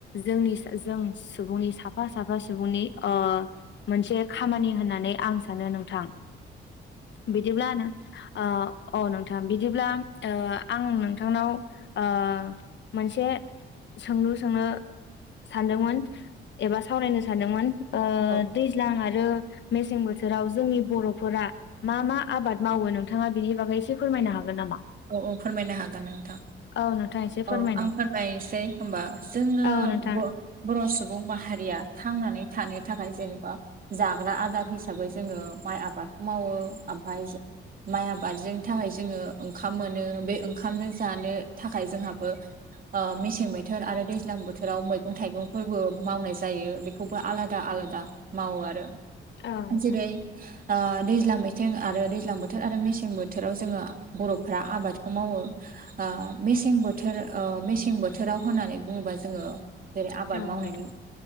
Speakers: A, on the left (about 65°); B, on the right (about 45°).
A: जों जों सुबुंनि साफा साफा सुबुंनि नि ओ मोनसे खामानि होननानै आं सानो नोंथां बिदि नो ओ औ अ नोंथां बिदिब्ला ओ आं नोंथांनाव ओ मोनसे सोंलु सोंनो सानदोंमोन। एबा सावरायनो सानदोंमोन ओ
B: औ
A: दैज्लां आर आरो मेसें बोथोराव जोंनि बर'फोरा मा मा आबाद मावो नोंथाङा बिनि बागै एसे फोरमायनो हागोन नामा?
B: औ औ फोरमायनो हागोन नोंथां।
A: औ नोंथां एसे फोरमायनाय
B: औ आं फोरमायनोसै हबा जोङो
A: औ नोंथां
B: बर' सुबुं माहारिया थांनानै थानो थाखाय जेनेबा जाग्रा आदार हिसाबै जोङो माइ आबादखौ मावो ओमफाय माइ आबादजों थाखाय जोङो ओंखाम मोनो बे ओंखामजों जानो थाखाय जोंहाबो ओ मेसें बोथोर आरो दैज्लां बोथोराव मैगं थाइगंफोरबो मावनाय जायो बेखौबो आलादा आ दा मावो आरो
A: औ नोंथां
B: जेरै दैज्लां मैथिं आरो दैज्लां बोथोर आरो मेसें बोथोराव जोङो बर'फ्रा आबादखौ मावो मेसें बोथोर मेसें बोथोराव होननानै बुङोबा जों जोङो जेरै आबाद
A: औ
B: मावनायनि
A: नोंथां